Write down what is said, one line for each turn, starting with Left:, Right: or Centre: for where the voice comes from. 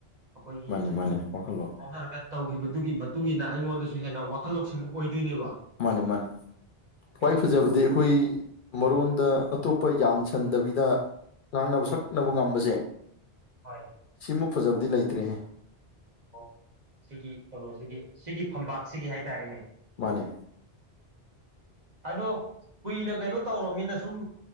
Right: ꯑꯩꯈꯣꯏꯒꯤ
Left: ꯃꯥꯅꯤ
Right: ꯄꯥꯎ
Left: ꯃꯥꯅꯤ ꯋꯥꯈꯜꯂꯣꯟ
Right: ꯐꯥꯎꯅꯔꯒ ꯇꯧꯈꯤꯕꯗꯨꯒꯤ ꯃꯇꯨꯡ ꯏꯟꯅ ꯑꯩꯉꯣꯟꯗꯁꯨ ꯍꯦꯟꯅ ꯋꯥꯈꯜ ꯂꯧꯁꯤꯡ ꯑꯣꯏꯗꯣꯏꯅꯦꯕ
Left: ꯃꯥꯅꯤ ꯃꯥꯅꯤ ꯈ꯭ꯋꯥꯏ
Right: ꯎꯝ
Left: ꯐꯖꯕꯗꯤ ꯑꯩꯈꯣꯏ ꯃꯔꯣꯟꯗ ꯑꯇꯣꯞꯄ ꯌꯥꯟ ꯁꯟꯗꯕꯤꯗ ꯉꯥꯡꯅꯕ ꯁꯛꯅꯕ ꯉꯝꯕꯁꯦ
Right: ꯍꯣꯢꯅꯦ
Left: ꯁꯤꯃꯨꯛ ꯐꯖꯕꯗꯤ ꯂꯩꯇ꯭ꯔꯦꯍꯦ
Right: ꯑꯣ ꯁꯤꯒꯤ ꯀꯩꯅꯣꯁꯤꯒꯤ ꯁꯤꯒꯤ ꯐꯝꯄꯥꯛꯁꯤꯒꯤ ꯍꯥꯏꯇꯥꯔꯦꯅꯦ
Left: ꯃꯥꯅꯦ
Right: ꯑꯗꯣ ꯀꯨꯏꯅ ꯀꯩꯅꯣ ꯇꯧꯔꯕꯅꯤꯅ ꯁꯨꯝ